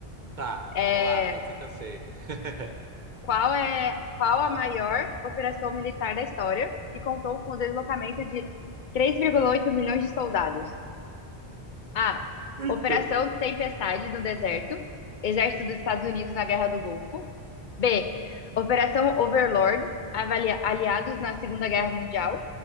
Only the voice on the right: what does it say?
tá,
vamos lá, pode ser que eu sei. <laughs>
Eita.